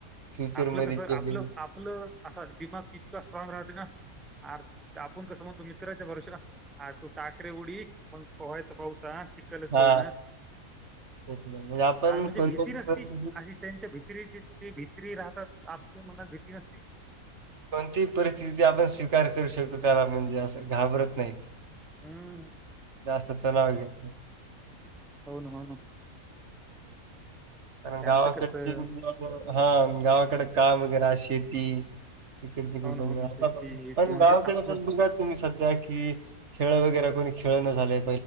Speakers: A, on the right (about 50°); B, in the centre.
A: फ्युचर
B: आपलं
A: मध्ये
B: कसं,
A: जे होईल.
B: आपलं आप पलं असा दिमाग इतका स्ट्रॉंग राहत ना, आर आपण कसं म्हणतो मित्राच्या भरोशा हा, तू टाकरे उडी, मग पोहा्यचं पाहुत शी क्ल
A: हा
B: पाहु ना
A: तेच ना. म्हणजे आपण
B: आणि म्हणजे
A: कोणत्या
B: भीती नसती
A: परिस्थितीत
B: अशी. त्यांच्या भिती राहते, तिथे भितरी राहतात आपल्या मनात भीती नसते.
A: कोणती परिस्थिती आपण स्वीकार करू शकतो, त्याला म्हणजे असं घाबरत नाहीत.
B: हम्.
A: जास्त चलाव घेत नही.
B: होन होन.
A: कारण
B: त्यांचं
A: गावाकडचे
B: कसं
A: मग, हा गावाकडे काम वगैरे शेती ईकड तिकड
B: हो
A: बघन
B: ना, हो ना.
A: आता
B: शेती
A: <unintelligible>
B: हे
A: पण
B: ते
A: ण
B: म्हणजे
A: गावाकड
B: आपलं
A: पण बघ तुम्ही सध्या की, खेळ वगैरे कोणी खेळ न झालय.